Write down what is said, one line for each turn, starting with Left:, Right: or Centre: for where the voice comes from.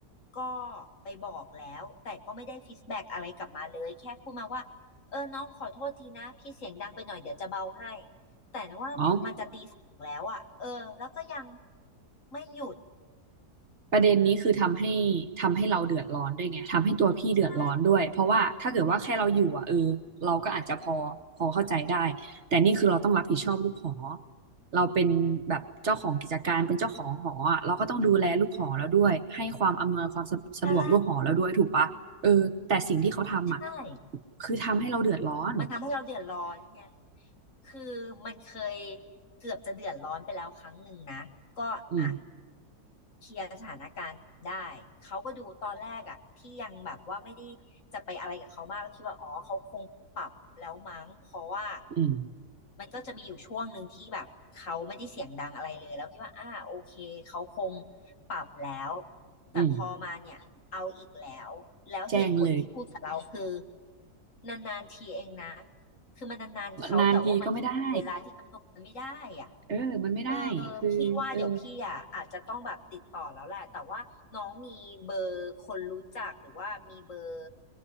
Left: ก็ไปบอกแล้วแต่ก็ไม่ได้ฟีดแบ็กอะไรกลับมาเลยแค่พูดมาว่าเออน้องขอโทษทีนะพี่เสียงดังไปหน่อยเดี๋ยวจะเบาให้แต่ว่ามันจะตีสองแล้วอ่ะเออแล้วก็ยัง
Right: อ๋อ
Left: ไม่หยุด
Right: ประเด็นนี้คือทำให้ทำให้เราเดือดร้อนด้วยไงทำให้ตัวพี่เดือดร้อนด้วยเพราะว่าถ้าเกิดว่าแค่เราอยู่อ่ะเออเราก็อาจจะพอพอเข้าใจได้
Left: ใช่
Right: แต่นี่คือเราต้องรับผิดชอบลูกหอเราเป็นแบบเจ้าของกิจการเป็นเจ้าของหออ่ะเราก็ต้องดูแลลูกหอแล้วด้วยให้ความอำนวยความสะสะดวกลูกหอแล้วด้วยถูกปะเออแต่สิ่งที่เขาทำอ่ะ
Left: ใช่ใช่
Right: คือทำให้เราเดือดร้อน
Left: มันทำให้เราเดือดร้อนไงคือมันเคยเกือบจะเดือดร้อนไปแล้วครั้งหนึ่งนะก็อ่ะ
Right: อืม
Left: เคลียร์สถานการณ์ได้เขาก็ดูตอนแรกอะที่ยังแบบว่าไม่ได้จะไปอะไรกับเขามากก็คิดว่าอ๋อเขาคงปรับแล้วมั้งเพราะว่า
Right: อืม
Left: มันก็จะมีอยู่ช่วงหนึ่งที่แบบเขาไม่ได้เสียงดังอะไรเลยแล้วคิดว่าอ่าโอเคเขาคงปรับแล้วแต่พอมาเนี่ยเอาอีกแล้วแล้วเหตุผลที่พูดกับเราคือ
Right: อืมแจ้งเลย
Left: นานๆทีเองนะ คือมันนานๆเขาแต่ว่ามันก็เกินเวลาที่กำหนดมันไม่ได้อ่ะ
Right: นานทีก็ไม่ได้เออมันไม่ได้คือเออ
Left: เออพี่ว่าเดี๋ยวพี่อ่ะอาจจะต้องแบบติดต่อแล้วแหละแต่ว่าน้องมีเบอร์คนรู้จักหรือว่ามีเบอร์